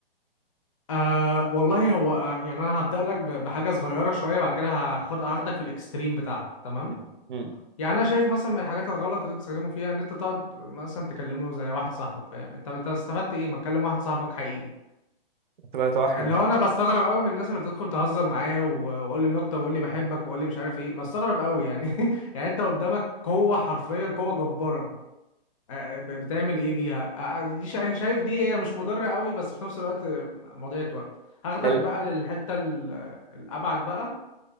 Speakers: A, on the left (about 35°); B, on the right (about 55°).
A: آه والله هو آه يعني انا هبدأ لك ب- بحاجة صغيرة شوية بعد كده هاخد هاخدك في الاكستريم بتاعها تمام
B: مم. مم.
A: يعني انا شايف مثلا من الحاجات الغلط اللي بتستخدمه فيها ان انت تقعد مثلا تكلمه زي واحد صاحبك فاهم انت انت استفدت ايه ما تكلم واحد صاحبك حقيقي
B: تبقى توحد
A: اللي
B: يعني
A: هو انا بستغرب قوي من الناس اللي بتدخل تهزر معايا و- وقول لي نكته وقول لي بحبك وقول لي مش عارف ايه بستغرب قوي يعني <laughs> يعني انت قدامك قوه حرفيا قوه جباره آه، ب- بتعمل ايه بيها آه، آه، دي شا- شايف دي هي مش مضرة قوي بس في نفس الوقت آه، مضيعة وقت هاخدك
B: لا
A: بقى للحتة ال- آه، الابعد بقى